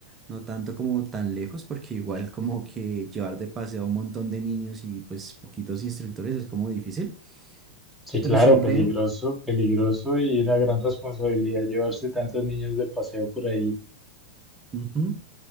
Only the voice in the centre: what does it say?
Que
claro,
peligroso, peligroso y una gran responsabilidad llevarse tantos niños de paseo por ahí.